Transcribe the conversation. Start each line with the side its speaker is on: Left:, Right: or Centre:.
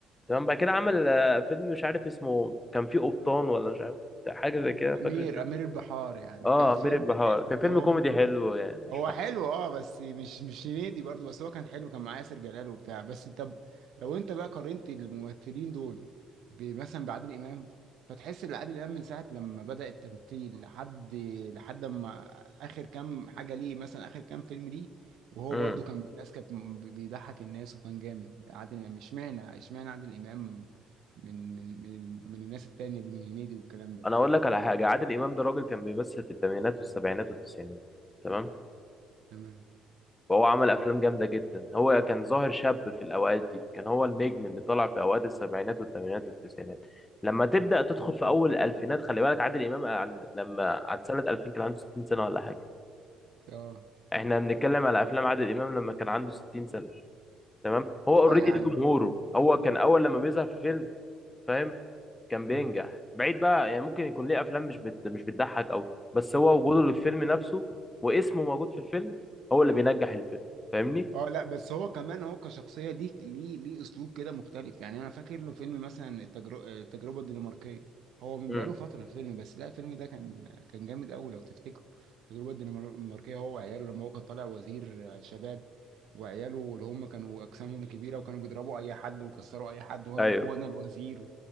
Left: تمام بعد كده عمل آه، فيلم مش عارف اسمه كان فيه قبطان ولا مش عارف حاجه زي كده
Right: امير
Left: فاكر انت
Right: امير البحار يعني
Left: اه
Right: كان فيلم
Left: امير البحار
Right: تحس
Left: كان
Right: اللي
Left: فيلم
Right: هو
Left: كوميدي حلو يعني مش
Right: هو
Left: وحش
Right: حلو اه بس مش مش هنيدي برضو بس هو كان حلو كان معاه ياسر جلال وبتاع بس طب لو انت بقى قارنت الممثلين دول ب- مثلا بعادل امام فتحس ان عادل امام من ساعه لما بدأ التمثيل لحد لحد ما اخر كام حاجه ليه مثلا اخر كام فيلم ليه وهو
Left: امم
Right: برضو كان الناس كانت م- بيضحك الناس وكان جامد عادل امام اشمعنى اشمعنى عادل امام من من من من الناس التانية دي من هنيدي والكلام ده
Left: انا اقول لك على حاجه عادل امام ده راجل كان بيمثل في الثمانينات والسبعينات والتسعينات تمام
Right: تمام
Left: وهو عمل افلام جامده جدا هو كان ظاهر شاب في الاوقات دي كان هو النجم اللي طلع في اوقات السبعينات والثمانينات والتسعينات لما تبدا تدخل في اول الالفينات خلي بالك عادل امام عند لما عند سنه 2000 كان عنده 60 سنه ولا حاجه
Right: اه صح
Left: احنا بنتكلم على افلام عادل امام لما كان عنده 60 سنه تمام هو اوريدي
Right: اه يعني
Left: ليه جمهوره هو كان اول لما بيظهر في فيلم فاهم كان بينجح
Right: مم. مم.
Left: بعيد بقى يعني ممكن يكون ليه افلام مش بت... مش بتضحك قوي بس هو وجوده للفيلم نفسه واسمه موجود في الفيلم هو اللي بينجح الفيلم فاهمني
Right: اه لا بس هو كمان هو كشخصيه ليه ليه ليه اسلوب كده مختلف يعني انا فاكر له فيلم مثلا التجربه التجربه الدنماركيه هو من
Left: امم
Right: بقاله فتره الفيلم بس لا الفيلم ده كان كان جامد قوي لو تفتكر التجربه الدنماركيه هو وعياله لما هو كان طالع وزير شباب وعياله اللي هم كانوا اجسامهم كبيره وكانوا بيضربوا اي حد ويكسروا اي حد وانا
Left: ايوه
Right: وانا الوزير